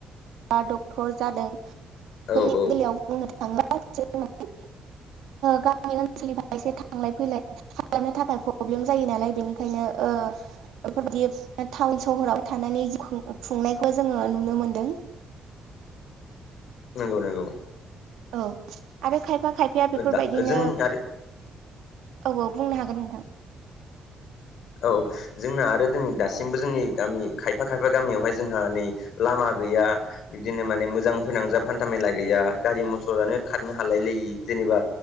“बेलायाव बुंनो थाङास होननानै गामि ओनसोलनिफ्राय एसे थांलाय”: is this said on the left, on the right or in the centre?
Right